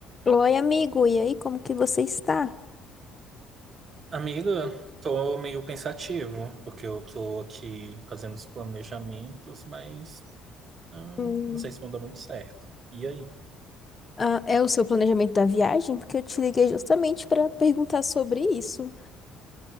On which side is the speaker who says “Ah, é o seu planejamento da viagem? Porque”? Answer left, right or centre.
Left